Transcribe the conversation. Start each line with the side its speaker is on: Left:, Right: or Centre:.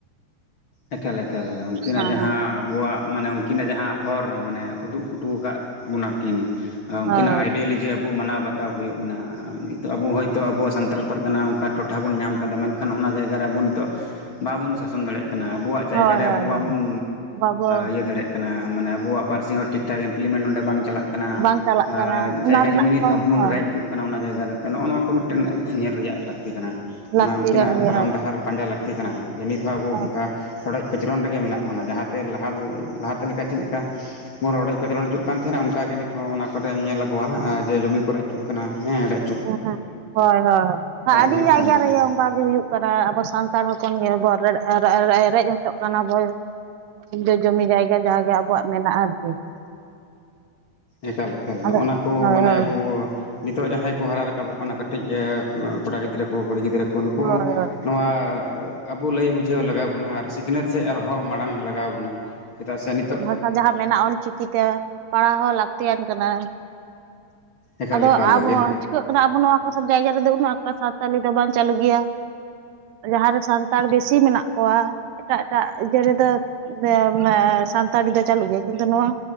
Left: ᱮᱠᱟᱞ ᱮᱠᱟᱞ ᱩᱱᱠᱤᱱᱟᱜ
Right: ᱦᱚᱸ
Left: ᱡᱟᱦᱟᱸ ᱟᱵᱚᱣᱟᱜ ᱢᱟᱱᱮ ᱩᱱᱠᱤᱱᱟᱜ ᱡᱟᱦᱟᱸ ᱦᱚᱨ ᱢᱟᱱᱮ ᱩᱫᱩᱜ ᱦᱚᱴᱚ ᱟᱠᱟᱫ ᱵᱚᱱᱟ ᱠᱤᱱ ᱩᱱᱠᱤᱱᱟᱜ
Right: ᱦᱚᱸ
Left: ᱟᱭᱰᱤᱭᱳᱞᱚᱡᱤ ᱟᱵᱚ ᱢᱟᱱᱟᱣ ᱵᱟᱛᱟᱣ ᱦᱩᱭ ᱟᱵᱚᱱᱟ ᱱᱤᱛᱚᱜ ᱟᱵᱚ ᱦᱚᱭ ᱱᱤᱛᱚᱜ ᱟᱵᱚ ᱥᱟᱱᱛᱟᱞ ᱯᱟᱨᱜᱟᱱᱟ ᱚᱱᱠᱟ ᱴᱚᱴᱷᱟ ᱵᱚᱱ ᱧᱟᱢ ᱟᱠᱟᱫᱟ ᱢᱮᱱᱠᱷᱟᱱ ᱚᱱᱟ ᱡᱟᱭᱜᱟ ᱨᱮ ᱟᱵᱚ ᱱᱤᱛᱚᱜ ᱵᱟᱵᱚᱱ ᱥᱟᱥᱚᱱ᱾ ᱫᱟᱲᱮᱭᱟᱜ ᱠᱟᱱᱟ ᱠᱟᱱᱟ ᱟᱵᱚᱣᱟᱜ ᱡᱟᱭᱜᱟ
Right: ᱦᱳᱭ
Left: ᱨᱮ
Right: ᱦᱳᱭ
Left: ᱟᱵᱚ ᱵᱟᱵᱚᱱ
Right: ᱦᱳᱭ ᱵᱟᱵᱚ
Left: ᱤᱭᱟᱹ ᱫᱟᱲᱮᱭᱟᱜ ᱠᱟᱱᱟ ᱠᱟᱱᱟ ᱢᱟᱱᱮ ᱟᱵᱚᱣᱟᱜ ᱯᱟᱹᱨᱥᱤ ᱦᱚᱸ ᱴᱷᱤᱠ ᱴᱷᱟᱠ ᱮᱢᱯᱞᱤᱢᱮᱱᱴ ᱚᱸᱰᱮ ᱵᱟᱝ ᱪᱟᱞᱟᱜ ᱠᱟᱱᱟ᱾
Right: ᱵᱟᱝ ᱪᱟᱞᱟᱜ
Left: ᱠᱟᱱᱟ
Right: ᱚᱱᱟ
Left: ᱡᱟᱭᱜᱟ
Right: ᱨᱮᱱᱟᱜ
Left: ᱡᱚᱢᱤ ᱱᱤᱛ
Right: ᱦᱚᱸ
Left: ᱦᱳᱠ ᱵᱚᱱ
Right: ᱦᱳᱭ
Left: ᱨᱮᱡ ᱚᱪᱚᱜ ᱠᱟᱱᱟ᱾ ᱠᱟᱱᱟ ᱚᱱᱟ ᱡᱟᱭᱜᱟ ᱨᱮ ᱛᱮ ᱱᱚᱜᱼᱚ ᱱᱚᱣᱟ ᱠᱚ ᱢᱤᱫᱴᱮᱱ ᱧᱮᱞ ᱨᱮᱭᱟᱜ ᱞᱟᱹᱠᱛᱤ ᱠᱟᱱᱟ
Right: ᱞᱟᱹᱠᱛᱤ
Left: ᱚᱱᱟ ᱩᱱᱠᱤᱱᱟᱜ
Right: ᱠᱟᱱ ᱜᱮᱭᱟ
Left: ᱛᱟᱲᱟᱢ ᱰᱟᱦᱟᱨ ᱯᱟᱸᱡᱟ ᱞᱟᱹᱠᱛᱤ ᱠᱟᱱᱟ ᱡᱮ ᱮᱢᱱᱤ ᱦᱚᱸ ᱟᱵᱚ᱾
Right: ᱦᱮᱸ
Left: ᱚᱱᱠᱟ ᱨᱚᱰᱚᱡ ᱠᱚᱪᱨᱚᱱ ᱨᱮᱜᱮ ᱢᱮᱱᱟᱜ ᱵᱚᱱᱟ ᱡᱟᱦᱟᱸᱛᱮ ᱞᱟᱦᱟᱛᱮ ᱞᱮᱠᱟ ᱪᱮᱫ ᱞᱮᱠᱟ᱾ ᱵᱚᱱ ᱨᱚᱰᱚᱡ ᱠᱚᱪᱞᱚᱱ ᱚᱪᱚᱜ ᱠᱟᱱ ᱛᱟᱦᱮᱱᱟ ᱚᱱᱠᱟ ᱜᱮ ᱱᱤᱛᱚᱜ ᱦᱚᱸ ᱚᱱᱟ ᱠᱚᱨᱮᱢ ᱧᱮᱞ ᱠᱚᱣᱟ ᱡᱮ ᱡᱚᱢᱤ ᱠᱚ ᱨᱮᱡ ᱚᱪᱚᱜ ᱠᱟᱱᱟ ᱦᱮᱸ ᱚᱰᱮᱡ
Right: ᱦᱮᱸ ᱦᱳᱭ ᱦᱳᱭ ᱟᱹᱰᱤ
Left: ᱦᱩᱭᱩᱜ
Right: ᱡᱟᱭᱜᱟ
Left: ᱠᱟᱱ ᱜᱮᱭᱟ
Right: ᱨᱮᱜᱮ ᱚᱱᱠᱟ ᱜᱮ ᱦᱩᱭᱩᱜ ᱠᱟᱱᱟ ᱟᱵᱚ ᱥᱟᱱᱛᱟᱲ ᱦᱚᱯᱚᱱ ᱜᱮᱵᱚᱱ ᱨᱮᱡ ᱦᱚᱪᱚᱜ ᱠᱟᱱᱟ ᱵᱚᱱ᱾ ᱤᱧ ᱫᱚ ᱡᱚᱢᱤ ᱡᱟᱭᱜᱟ ᱡᱟᱜᱮ ᱟᱵᱚᱣᱟᱜ ᱢᱮᱱᱟᱜᱼᱟ ᱟᱨᱠᱤ᱾
Left: ᱮᱠᱟᱞ ᱮᱠᱟᱞ
Right: ᱟᱫᱚ
Left: ᱱᱚᱜ ᱱᱟ ᱠᱚ
Right: ᱦᱳᱭ
Left: ᱢᱟᱱᱮ
Right: ᱦᱳᱭ
Left: ᱟᱵᱚ᱾ ᱱᱤᱛᱚᱜ ᱡᱟᱦᱟᱸᱭ ᱠᱚ ᱦᱟᱨᱟ ᱨᱟᱠᱟᱵᱚᱜ ᱠᱟᱱᱟ ᱠᱟᱹᱴᱤᱡ ᱠᱚᱲᱟ ᱜᱤᱫᱽᱨᱟᱹ ᱠᱚ ᱠᱩᱲᱤ ᱜᱤᱫᱽᱨᱟᱹ ᱠᱚ ᱱᱩᱠᱩ
Right: ᱦᱳᱭ ᱦᱳᱭ
Left: ᱱᱚᱣᱟ ᱟᱵᱚ ᱞᱟᱹᱭ ᱵᱩᱡᱷᱟᱹᱣ ᱞᱟᱜᱟᱣ ᱵᱚᱱᱟ ᱟᱨ ᱥᱤᱠᱷᱱᱟᱹᱛ ᱥᱮᱫ ᱟᱨᱦᱚᱸ ᱦᱚᱸ ᱢᱟᱲᱟᱝ ᱞᱟᱜᱟᱣ ᱵᱚᱱᱟ ᱪᱮᱫᱟᱜ ᱥᱮ ᱱᱤᱛᱚᱜ
Right: ᱟ ᱡᱟᱦᱟᱸ ᱢᱮᱱᱟᱜ ᱚᱞᱪᱤᱠᱤ ᱛᱮ ᱯᱟᱲᱦᱟᱣ ᱦᱚᱸ ᱞᱟᱹᱠᱛᱤᱭᱟᱱ ᱠᱟᱱᱟ᱾
Left: ᱮᱠᱟᱞ
Right: ᱟᱫᱚ
Left: ᱮᱠᱟᱞ
Right: ᱟᱵᱚᱣᱟᱜ
Left: ᱞᱟᱹᱜᱤᱫ
Right: ᱪᱤᱠᱟᱹᱜ ᱠᱟᱱᱟ ᱟᱵᱚ ᱱᱚᱣᱟ ᱠᱚᱥᱮᱱ ᱡᱟᱭᱜᱟ ᱨᱮᱫᱚ ᱩᱱᱟᱹᱜ ᱮᱠᱴᱟ ᱥᱟᱶᱛᱟᱞᱤ ᱫᱚ ᱵᱟᱝ ᱪᱟᱹᱞᱩ ᱜᱮᱭᱟ᱾ ᱡᱟᱦᱟᱸ ᱨᱮ ᱥᱟᱱᱛᱟᱲ ᱵᱤᱥᱤ ᱢᱮᱱᱟᱜ ᱠᱚᱣᱟ ᱮᱴᱟᱜ ᱮᱴᱟᱜ ᱤᱡᱟ. ᱨᱮᱫᱚ <unintelligible> ᱥᱟᱱᱛᱟᱲᱤ ᱫᱚ ᱪᱟᱹᱞᱩᱜ ᱜᱮᱭᱟ ᱠᱤᱱᱛᱩ ᱱᱚᱣᱟ